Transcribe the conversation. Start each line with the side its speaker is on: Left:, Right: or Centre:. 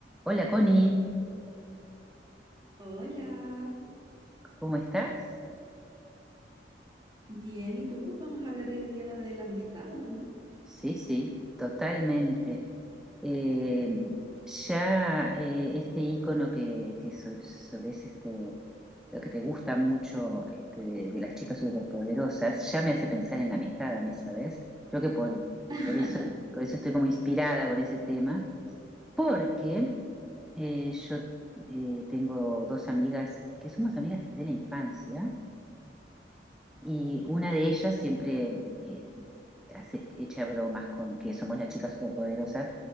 Centre: Hola Connie,
Right: Hola,
Centre: ¿cómo estás?
Right: bien, ¿y tú? Vamos a hablar hoy día de la amistad, ¿o ¿no?
Centre: Sí, sí, totalmente. Eh, ya eh, este icono que, que so- solés, este, lo que te gusta mucho este, de las chicas superpoderosas, ya me hace pensar en la amistad a mí, ¿sabes? Creo que por,
Right: <laughs>
Centre: por eso, por eso estoy como inspirada con ese tema, porque eh, yo eh, tengo dos amigas que somos amigas de la infancia Y una de ellas siempre eh, hace, echa bromas con que somos las chicas superpoderosas.